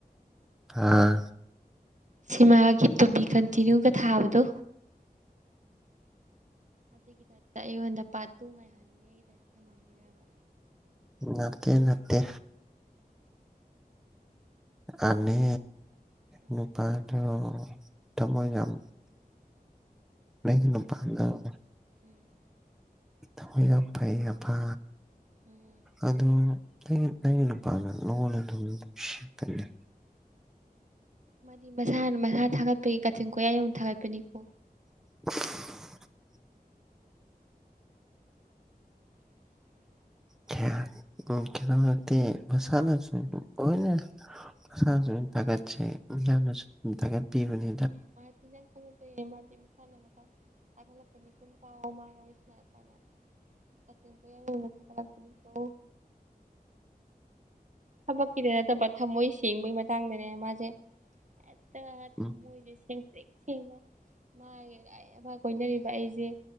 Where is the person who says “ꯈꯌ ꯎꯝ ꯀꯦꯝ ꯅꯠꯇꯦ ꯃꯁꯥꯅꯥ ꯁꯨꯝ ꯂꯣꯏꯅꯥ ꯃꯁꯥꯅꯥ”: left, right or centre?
Centre